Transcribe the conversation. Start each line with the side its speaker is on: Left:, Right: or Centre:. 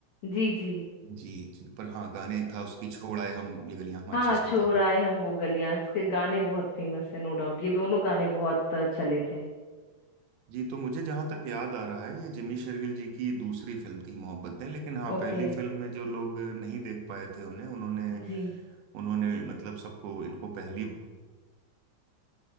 Left: जी जी
Right: जी जी, पर हाँ गाने एक था उसकी छोड़ आए हम ये गलियां माचिस
Left: हाँ छोर
Right: में था
Left: आए हम वो गलियां इसके गाने बहुत फेमस है नो डाउट ये दोनों गाने बहुत अ, चले थे
Right: जी तो मुझे जहां तक याद आ रहा है ये जिमी शेरगिल जी की दूसरी फिल्म थी मोहब्बतें लेकिन हाँ
Left: ओके
Right: पहली फिल्म में जो लोग नहीं देख पाए थे उन्हें उन्होंने
Left: जी
Right: उन्होंने मतलब सबको इनको पहली